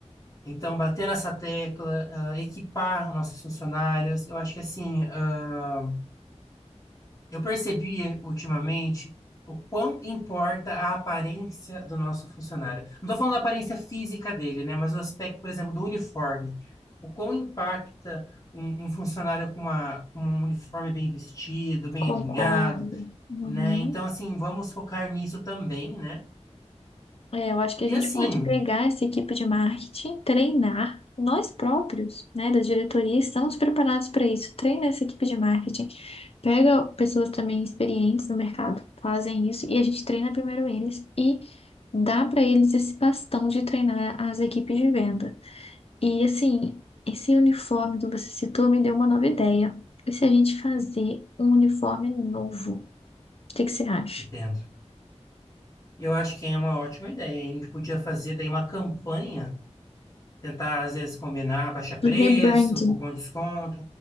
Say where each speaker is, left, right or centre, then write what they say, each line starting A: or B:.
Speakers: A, on the left (about 35°); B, on the left (about 55°).
A: Então, bater nessa tecla, ah, equipar os nossos funcionários, eu acho que assim, ah, eu percebi ultimamente o quão importa a aparência do nosso funcionário. Não estou falando da aparência física dele, né? Mas o aspecto, por exemplo, do uniforme. O quão impacta um, um funcionário com uma, com um uniforme bem vestido, bem
B: Concordo.
A: alinhado,
B: Uhum.
A: né? Então, assim, vamos focar nisso também, né?
B: É, eu acho que a
A: E
B: gente
A: assim,
B: pode pegar essa equipe de marketing, treinar nós próprios, né, da diretoria, estamos preparados para isso. Treina essa equipe de marketing, pega pessoas também experientes no mercado, fazem isso e a gente treina primeiro eles e dá para eles esse bastão de treinar as equipes de venda. E assim, esse uniforme que você citou me deu uma nova ideia. E se a gente fazer um uniforme novo? O que que você acha?
A: entendo. Eu acho que é uma ótima ideia. hein? A gente podia fazer daí uma campanha, tentar às vezes combinar, baixar
B: De
A: preço,
B: rebranding.
A: cupom de desconto,